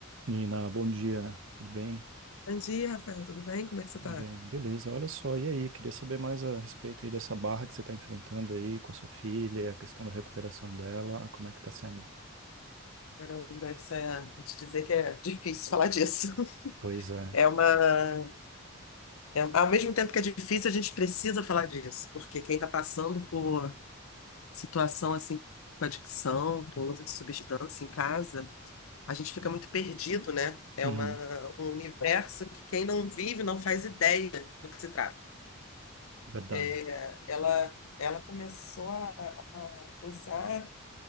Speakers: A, on the right (about 60°); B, on the left (about 75°).
A: Nina, bom dia, tudo bem?
B: Bom dia, Rafael. Tudo bem? Como é que você
A: Tudo
B: está?
A: bem, beleza. Olha só, e aí, queria saber mais a respeito aí dessa barra que você está enfrentando aí com a sua filha, a questão da recuperação dela, como é que tá saindo?
B: Caramba, isso é, vou te dizer que é difícil falar disso. <laughs>
A: Pois é,
B: É uma, é- ao mesmo tempo que é difícil, a gente precisa falar disso, porque quem está passando por situação assim com adicção, com uso de substância em casa, a gente fica muito perdido, né? É
A: Uhum,
B: uma, um universo que quem não vive não faz ideia do que se trata.
A: verdade.
B: É, ela, ela começou a a usar